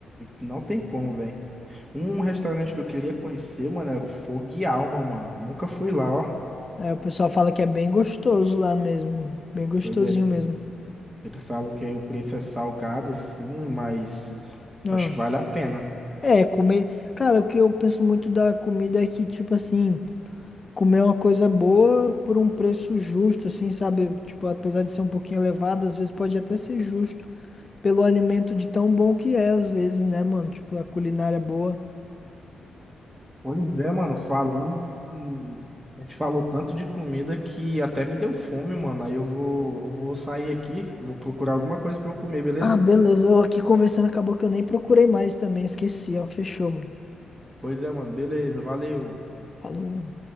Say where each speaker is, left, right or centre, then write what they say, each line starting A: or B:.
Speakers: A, on the right; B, on the left.
A: não tem como, velho. Um restaurante que eu queria conhecer, mano, era o Fogo e Alma, mano. Nunca fui lá, ó.
B: Aí o pessoal fala que é bem gostoso lá mesmo. Bem gostosinho
A: Pois é, ele-
B: mesmo.
A: eles falam que o preço é salgado, assim, mas
B: Ah.
A: acho que vale a pena.
B: É, comer. Cara, o que eu penso muito da comida é que, tipo assim, comer é uma coisa boa por um preço justo, assim, sabe? Tipo, apesar de ser um pouquinho elevado, às vezes pode até ser justo pelo alimento de tão bom que é, às vezes, né, mano? Tipo, a culinária é boa.
A: Pois é, mano, falando em- A gente falou tanto de comida que até me deu fome, mano. Aí eu vou, eu vou sair aqui, vou procurar alguma coisa pra eu comer, beleza?
B: Ah, beleza. Eu aqui conversando, acabou que eu nem procurei mais também, esqueci, ó. Fechou, mano.
A: Pois é, mano, beleza, valeu.
B: Falou.